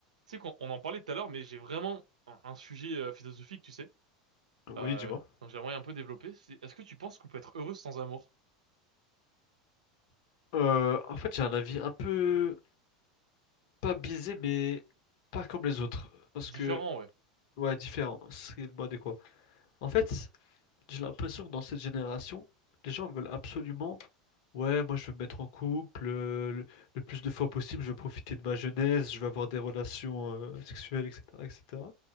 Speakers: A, on the right; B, on the left.
A: Tu sais qu'on on en parlait tout à l'heure, mais j'ai vraiment un, un sujet euh, philosophique, tu sais.
B: Oui,
A: Euh,
B: dis-moi.
A: donc j'aimerais un peu développer. C'est, est-ce que tu penses qu'on peut être heureux sans amour?
B: Euh, en fait, j'ai un avis un peu pas biaisé, mais pas comme les autres. Parce
A: Différent,
B: que,
A: ouais.
B: ouais, différent. C'est le mot adéquat. En fait, j'ai l'impression que dans cette génération, les gens veulent absolument, ouais, moi je veux me mettre en couple euh, le, le plus de fois possible, je veux profiter de ma jeunesse, je veux avoir des relations euh, sexuelles, etc., etc.